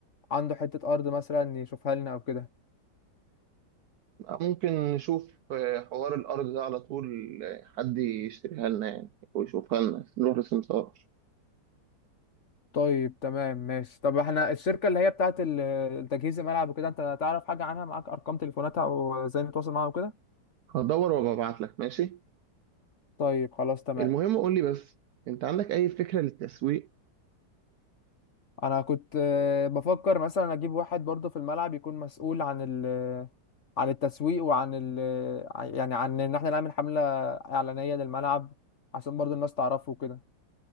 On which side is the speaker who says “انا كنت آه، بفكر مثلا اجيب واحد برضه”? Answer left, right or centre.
Left